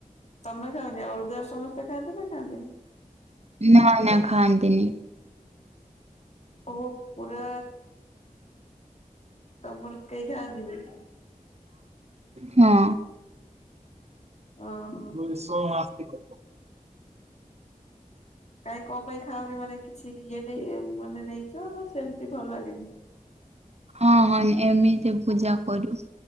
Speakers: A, on the left; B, on the right.
A: ତମେ ଖାଓନି, ଅଲଗା ସମସ୍ତେ ଖାଆନ୍ତି ନା ଖାଆନ୍ତିନି?
B: ନା ନା ଖାଆନ୍ତିନି।
A: ଓ ପୁରା ତମର କେହି ଖାଆନ୍ତିନି?
B: ହଁ।
A: ଓ।
B: <unintelligible>
A: କାହିଁ କଣ ପାଇଁ ଖାଓନି, ମାନେ କିଛି ଇଏ ନେଇ ମାନେ ନେଇଛ ନା ସେମିତି ଭଲ ଲାଗେନି?
B: ହଁ ହଁ, ଏମିତି ପୂଜା କରୁ।